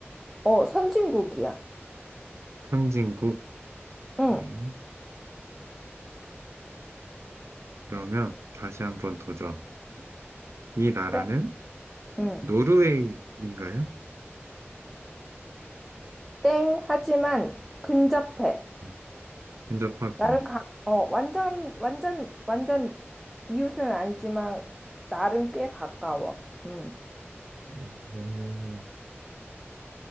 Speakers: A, in the centre; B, on the right (about 80°).
A: 어, 선진국이야.
B: 선진국.
A: 응,
B: 네. 그러면 다시 한번 도전. 이 나라는
A: 그래. 응.
B: 노르웨이인가요?
A: 땡, 하지만 근접해.
B: 음, 근접하군.
A: 나름 가, 어, 완전, 완전, 완전 이웃은 아니지만 나름 꽤 가까워. 응,
B: 어,